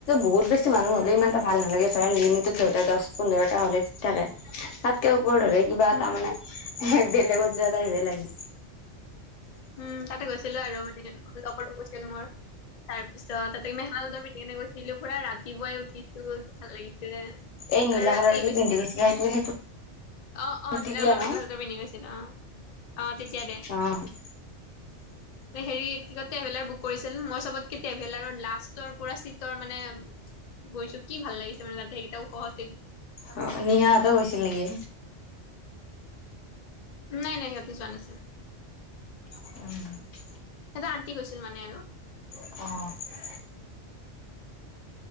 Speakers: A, on the left; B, on the left.
A: বহুত বেছি মানুহ হ'লে ইমান এটা ভাল নালাগে। ধৰা লিমিটত ধৰা দহ পোন্ধৰটা হ'লে। তাৰে তাতকে ওপৰত হ'লে কিবা
B: উম
A: তাৰমানে বেলেগত যোৱা এটা হে লাগে।
B: উম' তাতে গৈছিলোঁ আৰু মানে লগত গৈছিল মই। তাৰ পিছত তাতে মেখেলা চাদৰ পিন্ধি কিনে গৈছিলোঁ। পুৰা ৰাতিপুৱাই উঠিছোঁ ভাল লাগিছে।
A: এই নীালা
B: আৰু ৰাতি
A: কালাৰ
B: আহি
A: যে
B: পাইছো
A: পিন্ধি গৈছিলা সেইটো - সেইটো
B: অ',
A: কুৰ্তি
B: অ', নীলা
A: দিয়া
B: কালাৰ
A: ন
B: মেখেলা চাদৰ পিন্ধি গৈছিল অ। অ', তেতিয়া
A: অ
B: দে। এ হেৰি কি ক ট্ৰেভেলাৰ বুক কৰিছিল, মই চবতকে ট্ৰেভেলাৰৰ লাষ্টৰ পৰা চিটৰ মানে গৈছো কি ভাল লাগিছে মানে তাতে সেইকেইটাও ওখ আছিল।
A: অ, নিহাহঁতেও গৈছিল নেকি,?
B: নাই- নাই সিহঁতি যোৱা নাছিল।
A: <inaudible>
B: এটা আন্তি গৈছিল মানে আৰু।
A: অ',